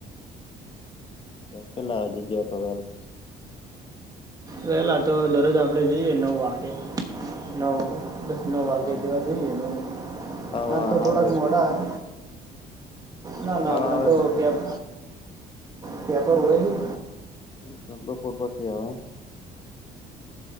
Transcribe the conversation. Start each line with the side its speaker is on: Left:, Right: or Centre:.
Left: પેલા વિડીયો કરવાનું
Right: વેલા તો દરરોજ આપડે જઈએ નવ વાગે નવ બસ નવ વાગે
Left: લોન
Right: જેવા
Left: પર
Right: જઈએ ને
Left: ખાવા
Right: આજ તો થોડાક
Left: આવે
Right: મોડા
Left: કે
Right: હે ના
Left: ખાવા
Right: ના અમણાં
Left: આવે
Right: તો
Left: છે
Right: કયાર ત્યાં કોઈ હોયની
Left: કા બપોર પસી આવે એમ.